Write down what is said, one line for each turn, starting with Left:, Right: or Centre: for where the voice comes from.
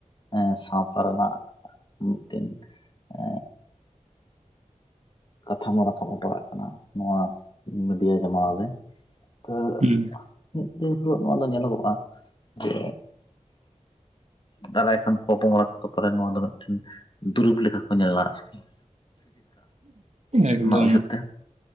Left: ᱮ ᱥᱟᱶᱛᱟ ᱨᱮᱱᱟᱜ ᱢᱤᱫᱴᱮᱱ ᱮ ᱠᱟᱛᱷᱟᱢᱟ ᱨᱟᱠᱟᱵ ᱦᱚᱴᱚᱮᱫ ᱠᱟᱱᱟ ᱱᱚᱣᱟ ᱢᱤᱰᱤᱭᱟ ᱡᱟᱢᱟᱱᱟ ᱨᱮ ᱛᱚ
Right: ᱦᱩᱸ ᱾
Left: ᱢᱤᱫ ᱫᱤᱱ ᱦᱤᱞᱳᱜ ᱱᱚᱣᱟ ᱫᱚ ᱧᱮᱞᱚᱜᱚᱜᱼᱟ ᱡᱮ ᱫᱟᱨᱟᱭ ᱠᱷᱚᱱ ᱯᱚᱼᱯᱚᱝᱲᱟ ᱠᱚᱫᱚ ᱯᱮ ᱱᱚᱣᱟ ᱫᱚ ᱢᱤᱫᱴᱮᱱ ᱫᱩᱨᱩᱵ ᱞᱮᱠᱟ ᱠᱚ ᱧᱮᱞᱟ ᱟᱨᱠᱤ ᱾
Right: ᱮᱠᱫᱚᱢ᱾
Left: ᱩᱭᱦᱟᱹᱨ ᱛᱮ